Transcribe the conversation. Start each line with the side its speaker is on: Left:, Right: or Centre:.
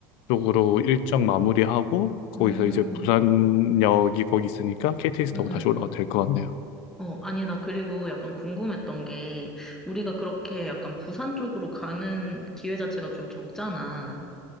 Left: 쪽으로 일정 마무리하고 거기서
Centre: 음,
Left: 이제 부산역이 거기 있으니까 KTX 타고
Centre: 음, 음.
Left: 다시 올라가도 될 것 같네요.
Centre: 어, 아니, 나 그리고 약간 궁금했던 게, 우리가 그렇게 약간 부산 쪽으로 가는 기회 자체가 좀 적잖아.